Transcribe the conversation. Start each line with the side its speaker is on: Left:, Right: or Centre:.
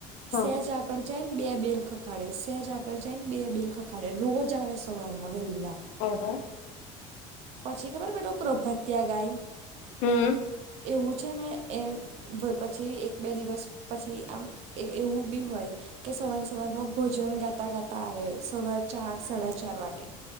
Left: હા
Right: સેજ આ કળ જાય ને બે બેલ ખખાડે સહેજ આ‌‌ગળ જાય ને બે બેલ ખખાડે રોજ આવે સવારમાં વેલ્લા
Left: હા હા
Right: પછી ખબર પેલો પ્રભાતિયા ગાય.
Left: હમ્મ
Right: એવું છેને, એમ ભ પછી એક બે દિવસ પછી આમ એ એવું બી હોય. કે સવારે સવારેમાં ભોજન ગાતા ગાતા આવે સવાર ચાર સાડા ચાર વાગે